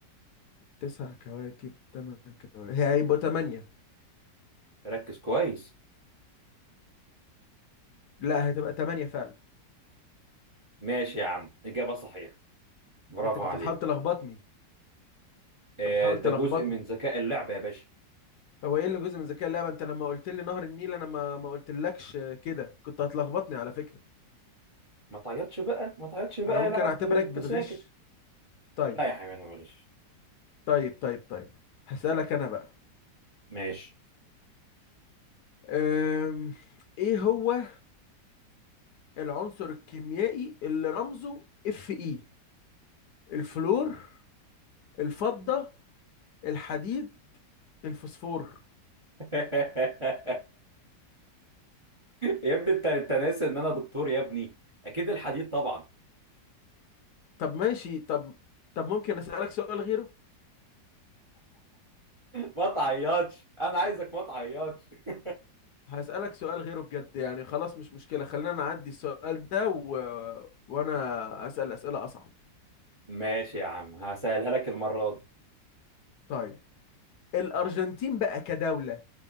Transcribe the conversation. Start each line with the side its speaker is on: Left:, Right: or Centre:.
Left: تسع كواكب تمن كواكب هي هيبقوا تمانية
Right: ركز كويس
Left: لا هتبقى تمانية فعلا
Right: ماشي يا عم إجابة صحيحة برافو
Left: انت كنت
Right: عليك
Left: بتحاول تلخبطني انت
Right: آه...
Left: بتحاول
Right: ده
Left: تلخبطني
Right: جزء من ذكاء اللعبة يا باشا
Left: هو ايه اللي جزء من ذكاء اللعبة انت لما قلت لي نهر النيل انا ما ما قلتلكش كده كنت هتلخبطني على فكرة
Right: ما تعيطش بقى ما تعيطش بقى
Left: انا ممكن
Right: يلعب
Left: اعتبرك
Right: انت
Left: بتغش
Right: ساكت
Left: طيب
Right: لا يا حبيبي انا معلش
Left: طيب طيب طيب هسألك انا بقى
Right: ماشي
Left: أم... ايه هو العنصر الكيميائي اللي رمزه اف اي الفلور الفضة الحديد الفوسفور
Right: <laughs> يا ابني انت انت ناسي ان انا دكتور يا ابني اكيد الحديد طبعا <laughs>
Left: طب ماشي طب طب ممكن اسالك سؤال غيره
Right: ما تعيطش انا عايزك ما تعيطش <laughs>
Left: هسالك سؤال غيره بجد يعني خلاص مش مشكله خلينا نعدي السؤال ده و... وانا اسال اسئله اصعب
Right: ماشي يا عم هسألها لك المرة دي
Left: طيب الارجنتين بقى كدوله